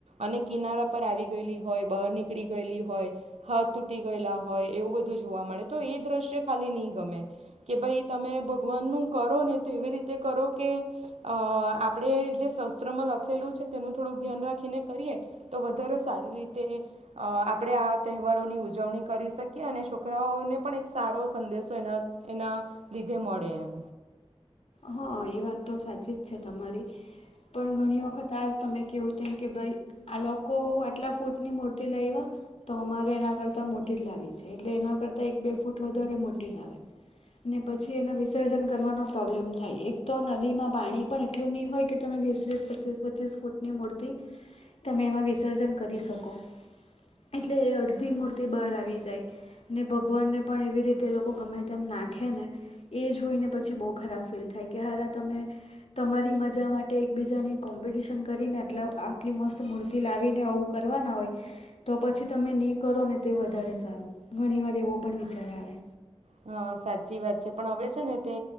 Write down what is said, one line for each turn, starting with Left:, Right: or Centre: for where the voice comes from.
Right: અને કિનારા પર આવી ગયેલી હોય બહાર નીકળી ગયેલી હોય હથ તૂટી ગયેલા હોય એવું બધું જોવા મળે તો એ દ્રશ્ય ખાલી નહી ગમે કે ભાઈ તમે ભગવાનનું કરો ને તો એવી રીતે કરો કે અ આપણે જે શસ્ત્રમાં લખેલું છે. તેનું થોડુંક ધ્યાન રાખીને કરીએ તો વધારે સારી રીતે આપણે આ તહેવારોની ઉજવણી કરી શકીએ અને છોકરાઓને પણ એક સારો સંદેશો એના એના લીધે મળે એમ.
Left: હા એ વાત તો સાચી જ છે તમારી પણ ઘણી વખત આજ તમે કેવું તેમમ કે ભાઈ આ લોકો આટલા ફૂટની મૂર્તિ લાવવા તો અમારે એના કરતાં મોટી જ લાવી છે એટલે એના કરતાં એક બે ફૂટ વધારે મોટી લાવે ને પછી એને વિસર્જન કરવાનો પ્રોબ્લેમ થાય એક તો નદીમાં પાણી પણ એટલું નહી હોય કે તમે વીસ વીસ પચીસ પચીસ ફૂટની મૂર્તિ તમે એમાં વિસર્જન કરી શકો એટલે એ અડધી મૂર્તિ બહાર આવી જાય ને ભગવાનને પણ એવી રીતે એ લોકો ગમે તેમ નાખે ને એ જોઈને પછી બહુ ખરાબ ફીલ થાય કે હાર તમે તમારી મજા માટે એકબીજાની કોમ્પિટિશન કરીનેટ આટલી મસ્ત મૂર્તિ લાવીને આવું કરવાના હોય તો પછી તમે ને કરો ને તે વધારે સારું ઘણી વાર એવો પણ વિચાર આવે.
Right: હ સાચી વાત છે પણ હવે છે ને તે